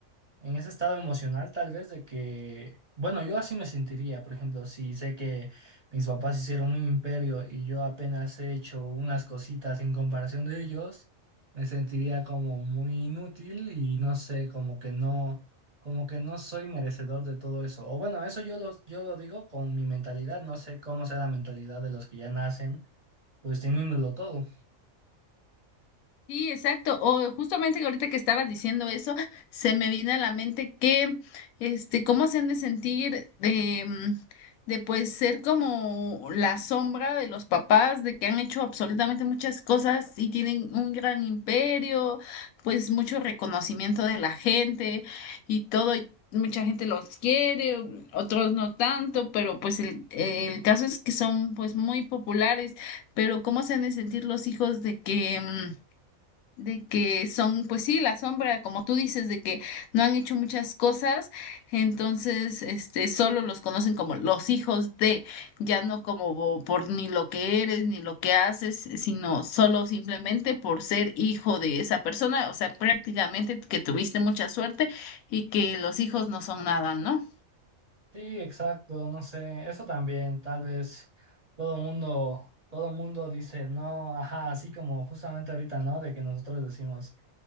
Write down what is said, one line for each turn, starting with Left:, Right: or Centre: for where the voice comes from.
Right: en ese estado emocional tal vez de que, bueno, yo así me sentiría, por ejemplo, si sé que mis papás hicieron un imperio y yo apenas he hecho unas cositas en comparación de ellos, me sentiría como muy inútil y no sé, como que no, como que no soy merecedor de todo eso. O bueno, eso yo lo, yo lo digo con mi mentalidad, no sé cómo sea la mentalidad de los que ya nacen, pues teniéndolo todo.
Left: Sí, exacto. O justamente que ahorita que estabas diciendo eso, se me vino a la mente que, este, cómo se han de sentir de, mm, de pues ser como la sombra de los papás, de que han hecho absolutamente muchas cosas y tienen un gran imperio, pues mucho reconocimiento de la gente y todo. y mucha gente los quiere, mm, otros no tanto, pero pues el, el caso es que son pues muy populares. Pero cómo se han de sentir los hijos de que mm, de que son, pues sí, la sombra, como tú dices, de que no han hecho muchas cosas, entonces, este, solo los conocen como los hijos de, ya no como por ni lo que eres, ni lo que haces, sino solo simplemente por ser hijo de esa persona, o sea, prácticamente que tuviste mucha suerte y que los hijos no son nada, ¿no?
Right: Sí, exacto, no sé, eso también, tal vez todo mundo, todo mundo dice, no, ajá, así como justamente ahorita, ¿no? De que nosotros decimos,